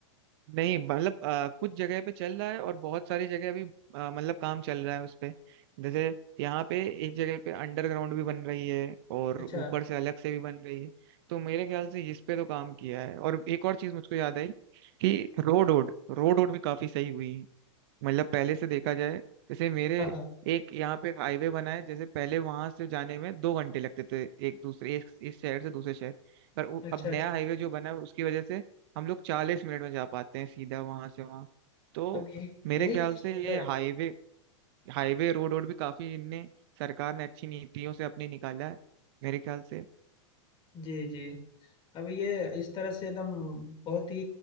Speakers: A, on the right (about 50°); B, on the left (about 30°).
A: नहीं मतलब अ, कुछ जगह पे चल रहा है और बहुत सारी जगह अभी अ, मतलब काम चल रहा है उस पे जैसे यहाँ पे एक जगह पे अंडरग्राउंड भी बन रही है और
B: अच्छा
A: ऊपर से अलग से भी बन रही है तो मेरे ख्याल से इस पे तो काम किया है और एक और चीज मुझको याद आई कि रोड रोड रोड रोड भी काफी सही हुई मतलब पहले से देखा जाए जैसे मेरे
B: हाँ हाँ
A: एक यहाँ पे एक हाईवे बना है जैसे पहले वहां से जाने में दो घंटे लगते थे एक दूसरे एक इस शहर से दूसरे शहर पर उ-
B: अच्छा
A: अब नया
B: अच्छा
A: हाईवे जो बना है उसकी वजह से हम लोग चालीस मिनट में जा पाते हैं सीधा वहां से वहां तो
B: अब यही
A: मेरे
B: यही
A: ख्याल
B: चीज़
A: से
B: तो
A: ये
B: है
A: हाईवे हाईवे रोड रोड भी काफी इनने सरकार ने अच्छी नीतियों से अपने निकाला है मेरे ख्याल से
B: जी जी अब ये इस तरह से एकदम बहुत ही